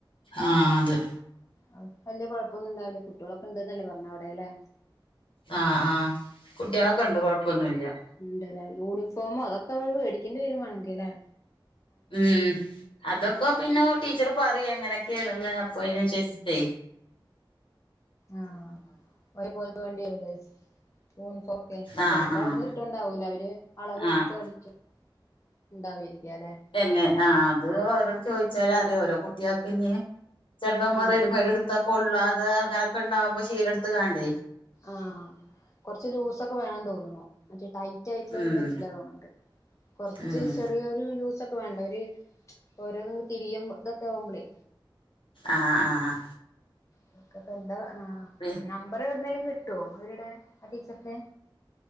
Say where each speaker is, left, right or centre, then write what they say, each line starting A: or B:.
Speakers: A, on the left; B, on the left.
A: ആഹ് അതെ
B: ആ വല്യയ കൊഴപ്പൊന്നുണ്ടാവില്ല കുട്ട്യോളൊക്കെ ഇണ്ട്ന്നല്ലേ പറഞ്ഞ അവിടെ ല്ലെ
A: ആ ആ കുട്ട്യാളക്കെണ്ട് കൊഴപ്പൊന്നുല്ല
B: ഇണ്ട്ല്ലേ യൂണിഫോമോ അതൊക്കെ നമ്മൾ വേടിക്കേണ്ടി വരും വാണെങ്കിലേ
A: ഉം അതൊക്കൊ പിന്ന ടീച്ചർ പറിം എങ്ങനക്കേണന്ന് അപ്പൊ അയിനൻസര്ച്ചിട്ടേ
B: ആ <inaudible> പോണ്ടരൂല്ലേ യൂണിഫോമൊക്കെ
A: ആഹ്
B: ചെലപ്പോവിട്ന്ന്
A: ആഹ്
B: ഇട്ടണ്ട് ഉണ്ടാവൂല അവര് അളവെടുത്ത്
A: ആഹ്
B: അടിക്ക ഉണ്ടാവരിക്കല്ലെ
A: തന്നെ ആഹ് അത് ഓരോട് ചോയിച്ചാലറിയാ. ഓരോ കുട്ട്യാക്കിഞ്ഞ് ചെൽപ്പോ നമ്മ
B: ആഹ്
A: റെഡിമെയഡ് എടു ത്ത കൊള്ളാതെ അങ്ങനൊക്കെണ്ടാവുമ്പോ ശീലെടുത്ത്കാണ്ടേ
B: ആഹ് കൊർച്ച് ലൂസൊക്കെ വേണം തോന്നുണു മറ്റേ ടൈറ്റ് ആയിട്ടുള്ളൊന്നും
A: ഉം
B: പറ്റില്ല തോന്ന്ണ്ട് കൊർച്ച്
A: ഉം
B: ചെറിയൊരു ലൂസൊക്കെ വേണ്ടെ ഒരു ഓരോന്ന് ങ്ങ് തിരിയും തൊക്കെ ആവുമ്പളേ
A: ആഹ് ആഹ്
B: അതൊക്കെപ്പെ എന്താ ആഹ്
A: <unintelligible>
B: നമ്പർ എവിടുന്നേലും കിട്ടോ അവരുടെ ആ ടീച്ചർടെ